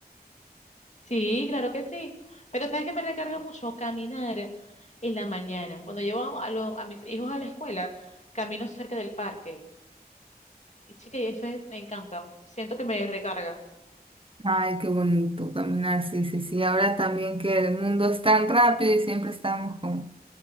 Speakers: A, on the left (about 45°); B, on the right (about 35°).
A: Sí, claro que sí. Pero sabes que me recarga mucho caminar en la mañana. Cuando llevo a, lo- a mis hijos a la escuela, camino cerca del parque. Y chica, y eso es- me encanta. Siento que me recarga.
B: Ay, qué bonito caminar. Sí, sí, sí. Ahora también que el mundo es tan rápido y siempre estamos como